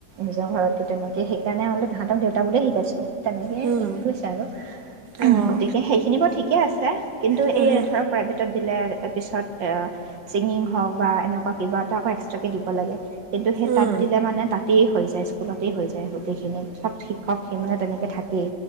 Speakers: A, on the right (about 85°); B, on the right (about 65°).
A: নিজৰ ঘৰত ত' তেনেকে সেইকাৰণে মান তাহাঁক দেউতা বুলিয়ে শিকাইছো তেনেকে
B: হুম,
A: শিকি কৈছে আৰু উ
B: অঁ
A: গতিকে সেইখিনি বৰ ঠিক থিকে আছে কিন্তু
B: হুম,
A: এই
B: হুম,
A: ধৰক প্ৰাইভেটত দিলে পিছত ছিংগিং হওক বা এনেকুৱা কিবা এটা আকৌ এক্সট্ৰাকে দিব লাগে কিন্তু সেই
B: উম,
A: তাত দিলে মানে তাতেই হৈ যায় স্কুলতেই হৈ যায় গোটেইখিনি চব শিক্ষক সেই মানে তেনেকৈ থাকেই